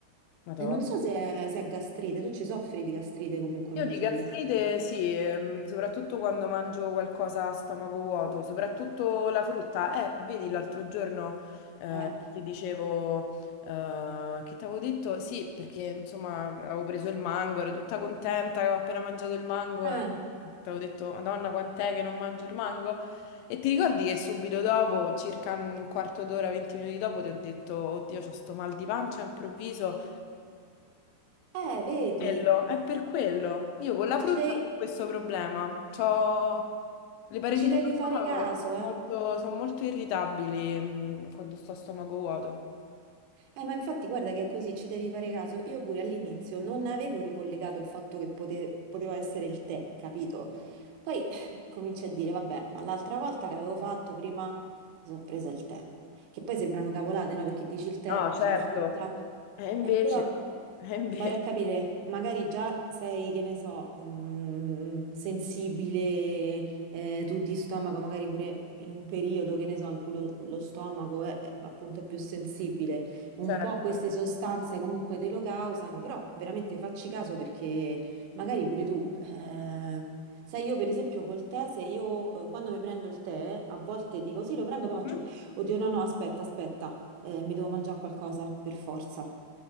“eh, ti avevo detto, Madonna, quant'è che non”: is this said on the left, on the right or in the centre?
Left